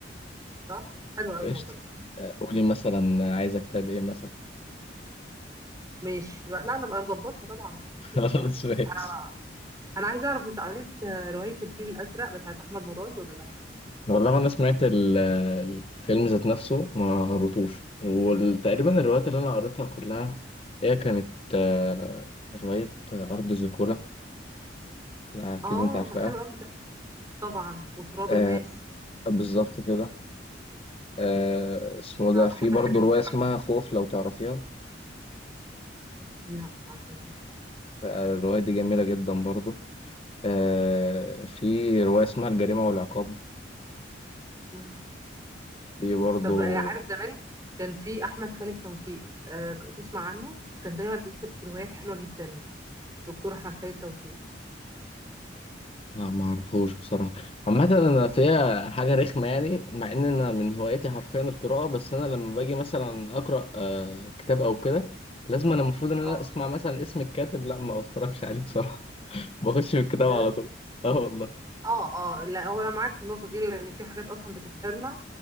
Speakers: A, on the right; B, on the left.
A: صح؟ حلو أوي
B: قشطة
A: الموضوع ده
B: آه، قولي مثلا عايزة كتاب إيه مثلا
A: ماشي لا نبقى نظبطها طبعا مفيش
B: <laughs> خلاص
A: مشكلة
B: ماشي
A: أنا أنا عايزة أعرف أنت قريت آه، رواية الفيل الأزرق بتاعت أحمد مراد ولا لأ؟
B: والله أنا سمعت ال- الفيلم ذات نفسه ما قريتوش وتقريبا الروايات اللي أنا قريتها كلها هي كانت آه، رواية أرض زيكولا آه، أكيد
A: آه
B: أنت عارفها
A: طب حلو أوي ده طبعا وتراب
B: آه،
A: الماس
B: بالظبط كده آه،
A: مم.
B: اسمه ده
A: أنا
B: في
A: بحب
B: برضه
A: الحاجات
B: رواية
A: دي أوي
B: اسمها
A: على فكرة
B: خوف لو تعرفيها
A: لا مش عارفاها
B: آه، الرواية دي جميلة جدا برضه آه، في رواية اسمها الجريمة والعقاب
A: مم.
B: في برضه
A: طب آه، عارف زمان كان في احمد خالد توفيق آه، تسمع عنه كان دايما بيكتب روايات حلوه جدا دكتور احمد خالد توفيق
B: لا ما اعرفوش بصراحه عامه انا فيها حاجه رخمه يعني مع ان انا من هواياتي حرفيا القراءه بس انا لما باجي مثلا اقرا آه، كتاب او كده لازم انا المفروض ان انا
A: اه
B: اسمع مثلا اسم الكاتب لا ما بتفرجش عليه بصراحه <laughs> بخش في الكتاب
A: بجد
B: على طول اه والله
A: اه اه لا هو انا معاك في النقطه دي لان في حاجات اصلا بتبهرنا